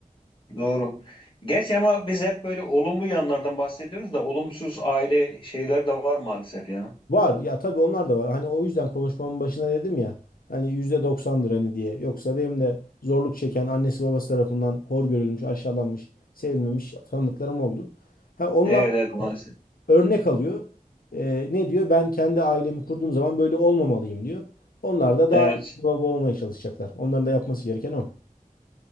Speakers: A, on the left; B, on the left.
A: Doğru. Geç ama biz hep böyle olumlu yanlardan bahsediyoruz da olumsuz aile şeyler de var maalesef ya.
B: Var ya tabii onlar da var hani o yüzden konuşmamın başına dedim ya hani yüzde doksandır hani diye. Yoksa benim de zorluk çeken annesi babası tarafından hor görülmüş aşağılanmış sevilmemiş tanıdıklarım oldu. Ha, onlar
A: Evet evet maalesef.
B: örnek alıyor. Ee, ne diyor? Ben kendi ailemi kurduğum zaman böyle olmamalıyım diyor. Onlar da daha
A: Evet.
B: iyi bir baba olmaya çalışacaklar. Onların da yapması gereken o.